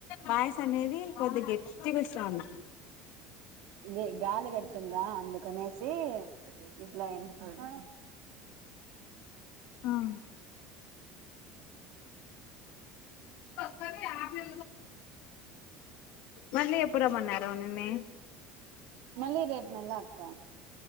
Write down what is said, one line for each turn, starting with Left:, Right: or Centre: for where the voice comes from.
Left: వాయస్ అనేది కొద్దిగ గెట్టిగా వస్తాంది
Right: ఇదే గాలి పెడుతుందా అందుకనేసి ఇట్లా ఇనపడు
Left: ఉమ్మ్ సర ఆమె మళ్ళీ ఎప్పుడు రమ్మన్నారు నిన్ని
Right: మళ్లీ రేపు నెల అక్క